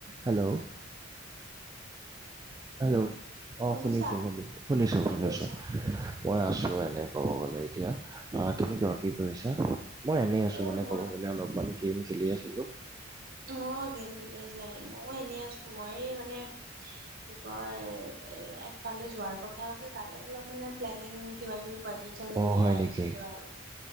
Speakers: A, on the right; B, on the right.
A: Hello! Hello! অ',
B: শুনিছা
A: শুনিছোঁ, শুনিছোঁ। শুনিছোঁ,
B: কি
A: শুনিছোঁ।
B: কৰিছা?
A: মই আছোঁ এনে ক'ব গ'লে এতিয়া। আহ, তুমি কোৱা কি কৰিছা? মই এনেই আছোঁ
B: এই
A: মানে
B: মই
A: ক'ব গ'লে, অলপমান গেম খেলি আছিলোঁ।
B: অ' গেম খেলি আছিলা নেকি, ময়ো এনেই আছো মই মানে কি কয় এ একফালে যোৱাৰ কথা আছে তাৰে অলপ মানে প্লেনিং কিবা কিবি বাজেট চাজেট
A: অ
B: মিলাই
A: হয় নেকি
B: আছিলো আৰু